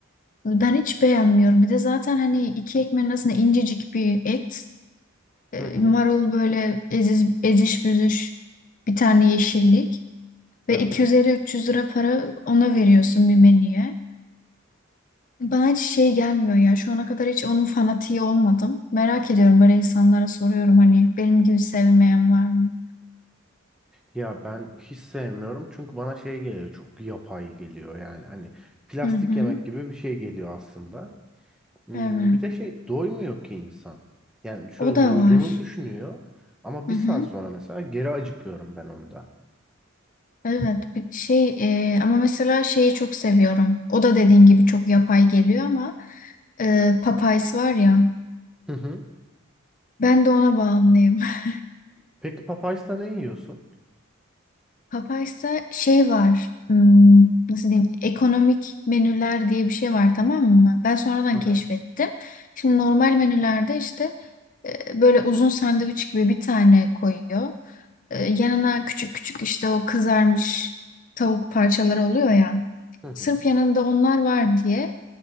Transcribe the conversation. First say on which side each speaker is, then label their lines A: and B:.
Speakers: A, on the left; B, in the centre.
A: ben hiç beğenmiyorum. Bir de zaten hani iki ekmeğin arasında incecik bir et, e,
B: Hı hı.
A: marul böyle eziz, eziş büzüş bir tane yeşillik. Ve
B: Evet.
A: iki yüz elli üç yüz lira para ona veriyorsun bir menüye. Bana hiç şey gelmiyor ya. Şu ana kadar hiç onun fanatiği olmadım. Merak ediyorum böyle insanlara soruyorum hani benim gibi sevmeyen var mı?
B: Ya ben hiç sevmiyorum çünkü bana şey geliyor çok yapay geliyor yani hani plastik
A: Hı hı.
B: yemek gibi bir şey geliyor aslında. Hmm,
A: Evet.
B: bir de şey doymuyor ki insan. Yani şöyle
A: O da
B: doyduğunu
A: var.
B: düşünüyor ama
A: Hı
B: bir
A: hı.
B: saat sonra mesela geri acıkıyorum ben onda.
A: Evet. Bir şey e, ama mesela şeyi çok seviyorum. O da dediğin gibi çok yapay geliyor ama e, Popeyes var ya.
B: Hı hı.
A: Ben de ona bağımlıyım. <laughs>
B: Peki Popeyes'ta ne yiyorsun?
A: Papay'sa şey var. hmm, nasıl diyeyim? Ekonomik menüler diye bir şey var tamam mı? Ben sonradan
B: Evet.
A: keşfettim. Şimdi normal menülerde işte e, böyle uzun sandviç gibi bir tane koyuyor. E, yanına küçük küçük işte o kızarmış tavuk parçaları oluyor ya.
B: Hı hı.
A: Sırf yanında onlar var diye